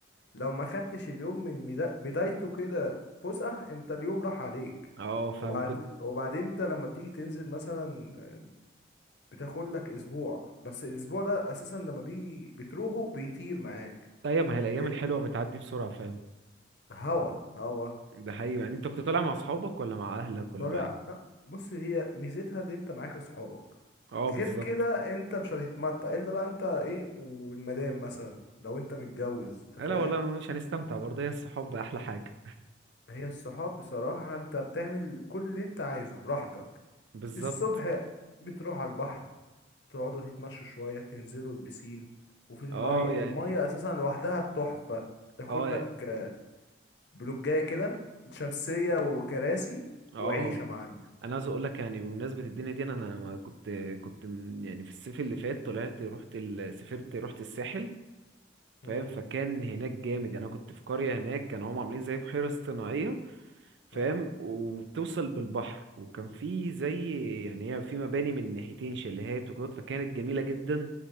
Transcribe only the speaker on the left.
لو ما خدتش اليوم من مدا- بدايته كده فسح انت اليوم راح عليك
وبعد
وبعدين انت لما بتيجي تنزل مثلا آه، بتاخد لك اسبوع بس الاسبوع ده اساسا لما بيجي بتروحه بيطير معاك
ما بتل...
هوا هوا
طالع
لا بص هي ميزتها اللي انت معاك اصحابك
غير
كده انت مش هتتمتع الا بقى انت ايه والمدام مثلا لو انت متجوز انت
فاهم
هي الصحاب بصراحة انت بتعمل كل اللي انت عايزه براحتك
الصبح بتروح على البحر تقعدوا تتمشوا شوية تنزلوا البسين وفي المية
المية أساسا لوحدها تحفة تاكل
لك آه، بلوجاية كده شمسية وكراسي
وعيشة يا معلم
مم.
اه